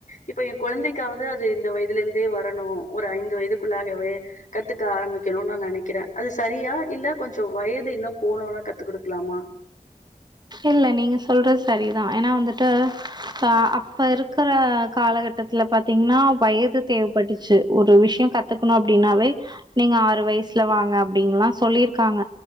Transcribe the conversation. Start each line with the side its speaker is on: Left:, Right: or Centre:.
Left: இப்போ எ கொழந்தைக்காவது அது இந்த வயதுல இருந்தே வரணு ஒரு ஐந்து வயதுக் க்குள்ளாகவே கத்துக்க ஆரம்பிக்கணுனு நெனைக்கிறே அது சரியா இல்ல கொஞ்சொ வயது இன்னு போனோன கத்து குடுக்கலாமா
Right: இல்ல நீங்க சொல்றது சரிதா ஏன்னா வந்துட்டு பா அப்ப இருக்குற காலகட்டத்துல பாத் தீங்க்ன்னா வயது தேவ் பட்டுச்சு ஒரு விஷயொ கத்துக்கணு அப்டின்னாவே நீங்க ஆறு வயசுல வாங்க அப்டின்ல்லா சொல்லிருக்காங்க